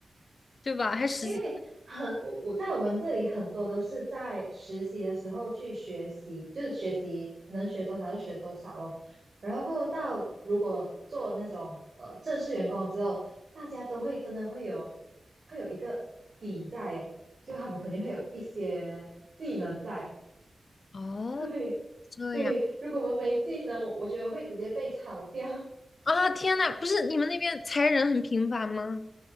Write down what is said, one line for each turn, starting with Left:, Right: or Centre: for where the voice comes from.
Left: <laughs> 对吧？还实习。
Right: 因为很我我在我们这里很多都是在实习的时候去学习，就是学习能学多少就学多少咯。然后过后到如果做那种呃正式员工了之后，大家都会真的会有会有一个底在耶就他们肯定会有一些技能在。
Left: 哦，
Right: <laughs> 对，
Left: 这样。
Right: 所以如果我们没技能，我我觉得我会直接被炒掉。
Left: 啊，天呐，不是你们那边裁人很频繁吗？